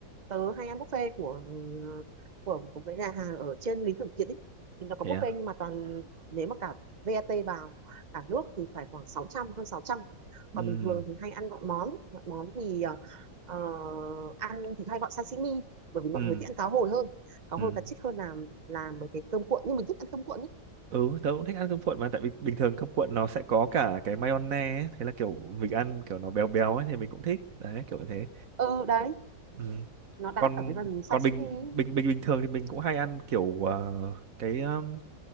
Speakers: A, on the right; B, on the right.
A: tớ hay ăn buffet của của của cái nhà hàng ở trên Lý Thường Kiệt ấy. thì nó có
B: thế
A: buffet
B: à
A: nhưng mà toàn nếu mà cả VAT vào cả nước thì phải khoảng sáu trăm hơn sáu trăm
B: ừ
A: còn bình thường thì hay ăn gọn món gọn món thì ờ, ờ, ăn thì hay gọi sashimi bởi vì mọi
B: ừ
A: người thích ăn cá hồi hơn cá
B: ừ
A: hồi cá trích hơn là làm mấy cái cơm cuộn nhưng mình thích ăn cơm cuộn ấy.
B: Ừ, tớ cũng thích ăn cơm cuộn mà tại vì bình thường cơm cuộn nó sẽ có cả cái mayonnaise ấy, thế là kiểu mình ăn kiểu nó béo béo ấy thì mình cũng thích. Đấy, kiểu như thế.
A: ừ đấy
B: Ừ.
A: nó đắt
B: Còn
A: ở cái phần sashimi
B: còn bình
A: ấy.
B: bình bình bình thường thì mình cũng hay ăn kiểu ờ, cái um,